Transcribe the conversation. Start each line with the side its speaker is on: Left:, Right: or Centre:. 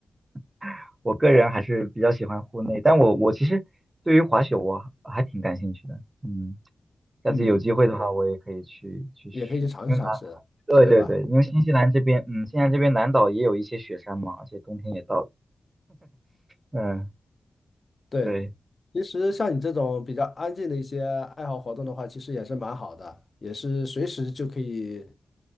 Right: <laughs> 我个人还是比较喜欢户内，但我我其实对于滑雪我还挺感兴趣的，嗯，下次有机会的话，
Left: 嗯，
Right: 我也可以去去试，
Left: 也可以去尝试尝试，
Right: 因为啊，对对对，
Left: 对吧？
Right: 因为新西兰这边，嗯，新西兰这边南岛也有一些雪山嘛，而且冬天也到了，嗯，
Left: 对，
Right: 对。
Left: 其实像你这种比较安静的一些爱好活动的话，其实也是蛮好的，也是随时就可以